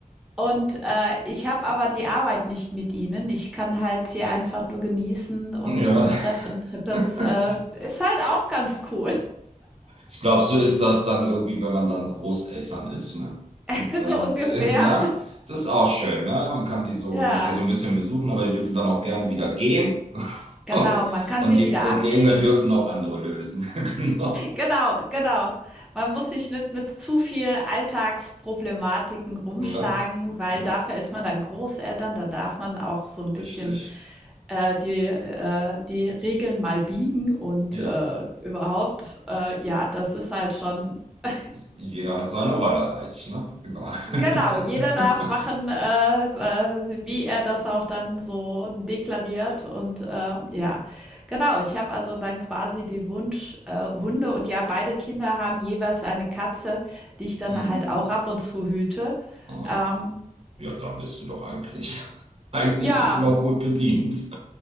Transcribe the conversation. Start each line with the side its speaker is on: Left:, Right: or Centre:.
Centre: Und äh, ich habe aber die Arbeit nicht mit ihnen. Ich kann halt sie einfach nur genießen und,
Right: Hm, Ja.
Centre: und treffen. Das
Right: <laughs>
Centre: äh, ist halt auch ganz cool.
Right: Ich glaube, so ist das dann irgendwie, wenn man dann Großeltern ist, ne?
Centre: <laughs>
Right: Und dann,
Centre: so ungefähr.
Right: äh, ne? Das ist auch schön, ne? Man kann die so,
Centre: Ja,
Right: man lässt sich so ein bisschen besuchen, aber die dürfen dann auch gerne wieder gehen.
Centre: genau.
Right: <laughs>
Centre: Man kann
Right: Und
Centre: sie
Right: die
Centre: wieder
Right: Probleme
Centre: abgeben.
Right: dürfen auch andere lösen. <laughs>
Centre: Genau, genau. Man muss sich nicht mit zu viel Alltagsproblematiken rumschlagen,
Right: Genau.
Centre: weil
Right: Ne? Ja,
Centre: dafür ist man dann Großeltern. Da darf man auch so ein bisschen
Right: richtig.
Centre: äh, die, äh, die Regeln mal biegen und
Right: Ja,
Centre: äh, überhaupt, äh, ja, das ist halt schon. <laughs>
Right: jeder hat seine Rolle halt, ne? Genau. <laughs>
Centre: genau, jeder darf machen, äh, äh, wie er das auch dann so deklariert. Und äh, ja, genau, ich habe also dann quasi die Wunsch, äh, Hunde und ja, beide Kinder haben jeweils eine Katze, die ich dann
Right: Hm.
Centre: halt auch ab und zu hüte.
Right: Aha.
Centre: Ähm,
Right: Ja, dann bist du doch eigentlich, <laughs> eigentlich
Centre: ja,
Right: bist du doch gut bedient.